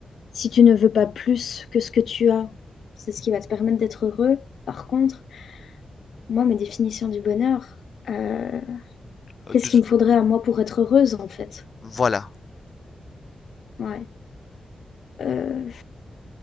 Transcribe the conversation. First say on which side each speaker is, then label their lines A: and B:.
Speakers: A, on the left (about 80°); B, on the left (about 40°).
A: Si tu ne veux pas plus que ce que tu as, c'est ce qui va te permettre d'être heureux. Par contre, moi, ma définition du bonheur, euh,
B: Euh,
A: qu'est-ce
B: de tout-
A: qu'il me faudrait à moi pour être heureuse en fait?
B: voilà.
A: Ouais. Euh,